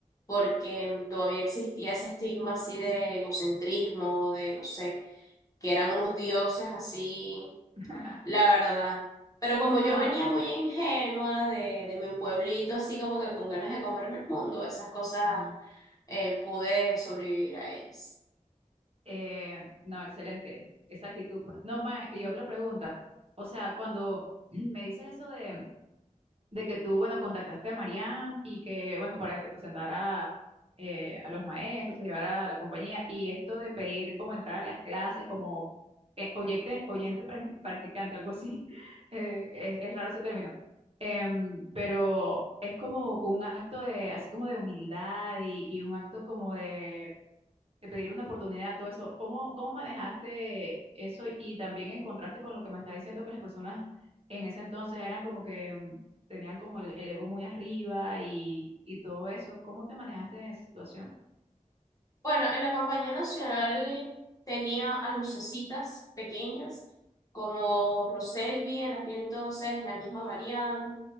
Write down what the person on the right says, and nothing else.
<laughs>
Ah,
eh, no, excelente, esa actitud, pues. No, más, y otra pregunta, o sea, cuando <clears throat> me dices eso de de que tú, bueno, contactaste a Mariam y que, bueno, para que te presentara eh, a los maestros, te llevara a la compañía y esto de pedir como entrar a las clases como eh, oyente, oyente practi- practicante, algo así, <laughs> eh, es, es raro ese término, Em, pero es como un acto de, así como de humildad y, y un acto como de de pedir una oportunidad, todo eso. ¿Cómo, cómo manejaste eso y también en contraste con lo que me estás diciendo que las personas en ese entonces eran como que mm, tenían como el, el ego muy arriba y, y todo eso? ¿Cómo te manejaste en esa situación?